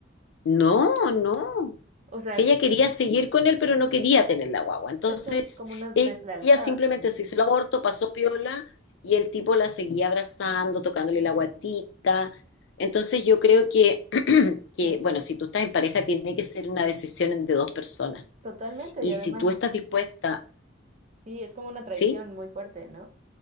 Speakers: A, on the left; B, on the right.
A: No, no.
B: O sea,
A: Si ella quería seguir con él, pero no quería tener la guagua. Entonces,
B: es co- como una deslealtad
A: e- ella simplemente
B: también.
A: se hizo el aborto, pasó piola y el tipo la seguía abrazando, tocándole la guatita. Entonces, yo creo que, <clears throat> que,
B: Ay, no.
A: bueno, si tú estás en pareja, tiene que ser una decisión de dos personas.
B: Totalmente.
A: Y
B: Y además,
A: si tú estás dispuesta,
B: sí, es como una traición
A: ¿sí?
B: muy fuerte, ¿no?